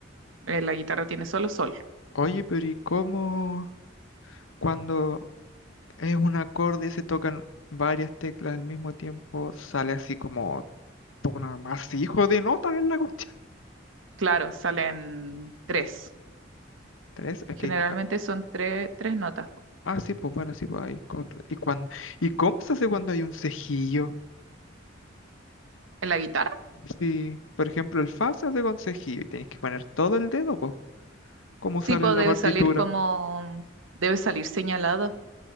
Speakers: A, on the right; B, on the left.
A: eh, la guitarra tiene solo sol.
B: Oye, pero ¿y cómo cuando es un acorde y se tocan varias teclas al mismo tiempo, sale así como un amasijo de notas en la cuestión?
A: Claro, salen tres.
B: ¿Tres? Es
A: Generalmente
B: que hay
A: son tres, tres notas. po.
B: Ah, ah, sí, pues bueno, sí, pues hay. co- ¿Y, cuando, ¿Y cómo se hace cuando hay un cejillo?
A: ¿En la guitarra?
B: Si, por ejemplo, el fa se hace con cejilla y tenéis que poner todo el dedo, pues, como
A: Sí,
B: sale
A: pues
B: en la
A: debe
B: partitura.
A: salir como, debe salir señalado.